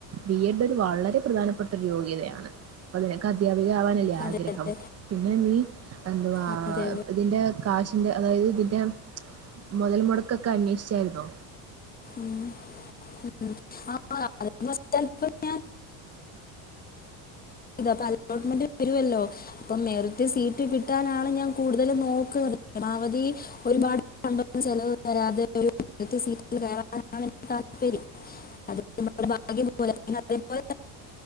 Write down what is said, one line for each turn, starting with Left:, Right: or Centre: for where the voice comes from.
Right: ബി എഡ് ഒരു വളരെ പ്രധാന പ്പെട്ട ഒരു യോഗ്യതയാണ് അപ്പൊ നിനക്ക് അധ്യാ അധ്യാപിക്ക ആവാനല്ലേ
Left: അതെ
Right: ആഗ്രഹം
Left: അതെ
Right: പിന്നെ നീ എന്തുവാ
Left: അതെ അതെ
Right: ഇതിന്റെ കാശ് ഇതിന്റെ അതായത് ഇതിന്റെ മൊതൽമൊടക്കൊക്കെ അന്വേഷിച്ചാരുന്നോ
Left: മ്മ് <inaudible> അപ്പൊ അലോട്ട്മെന്റ് വരുവല്ലോ അപ്പം മെറിറ്റ് സീറ്റ് കിട്ടാനാണ് ഞാൻ കൂടുതലും നോക്കുന്നത് ഒന്നാമത് ഈ ഒരുപാട് ഫണ്ടൊന്നും ചെലവ് വരാതെ ഒരു അങ്ങനത്തെ സീറ്റ് വേണമെന്നാണ് എനിക്ക് താൽപ്പര്യം അതിപ്പോ നമ്മടെ ഭാഗ്യം പോലെ പിന്നെ